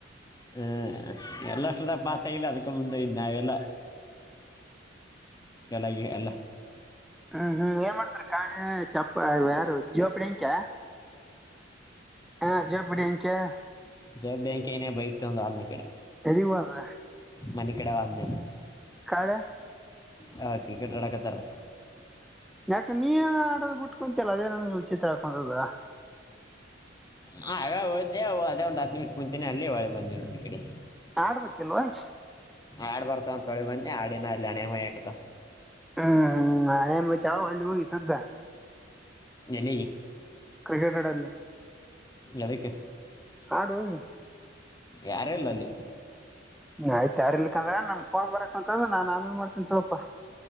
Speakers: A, on the left; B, in the centre.
A: ಹ್ಮ್ ಎಲ್ಲಷ್ಟ್ರದಾಗ ಪಾಸ್ ಆಗಿದೆ ಅದ್ಕ ಮುಂದೆ ನಾವೆಲ್ಲ ಚಲಾಗಿ ಅಲ್ಲ
B: ಹ್ಮ್ ಹ್ಮ್ ಏನ್ ಮಾಡ್ತಾರ ಕಾಳಿ ಚಪ್ಪ ಯಾರು ಜೋಪಡಿ ಹಂಕ ಹಾ ಜೋ ಬಿಡಿಗೆ <unintelligible>
A: ಜವಾಬ್ ಬ್ಯಾಂ ನೇ ಬೈಕ್ತ ಒಂದು ಆನ ಕಡೆ.
B: ಎಲ್ಲಿಗ್ ಹೋದ
A: ಮನ ಕಡೆ ಒಂದೇನೆ
B: ಕಾಳೆ
A: ಹಾ ಕ್ರಕೆಟ ಅಡಕಥಾರೆ
B: ಯಾಕ ನೀ ಆಡೋದ್ ಬಿುಟ್ಕೊಂತಲ್ಲ ಅದೇ ನನ್ ವಿಚಿತ್ರ ಆಗ ಕುಂತಾದ.
A: ಹ ಆಗ ಹೊದೆ ಅದೇ ಒಂದ ಹತ್ತು ನಿಮಿಷ ಮುಂಚೆನೆ ಅಲ್ಲಿ ಹೊಳೆ ಬಂದೇ ನೋ ಕಡೆ
B: ಆಡ್ಬೇಕಿಲ್ವಾಚ್
A: ಆಡ್ ಬರ್ತಾವಂತೊಳಿ ಬನ್ನಿ ಆಡಿನ ಅಲ್ಲಿ ಅಣೆ ಹೋಯಾಕತ
B: ಹ್ಮ್ ಹ್ಮ್ ಹಳೆ ಮತ್ವ ಒಳ್ಳಿ ಹೋಗಿ ಸದ್ದಾ
A: ಎಲ್ಲಿ
B: ಕ್ರಿಕೆಟ್ ಅಡಲ್ಲಿ
A: ಯದಕ್ಕೆ
B: ಹಾಡುವ
A: ಯಾರೇ ಇಲ್ಲಲ್ಲಿ
B: ಆಯ್ತ ಯಾರ ಇಲ್ಕಂದ್ರ ನಮ್ ಕೋನ್ ಬರಕ್ ಅಂತಂದ್ರ ನಾನ್ ಆಮೇಲೆ ಮಾಡ್ತೀನಿ ತೋಪಾ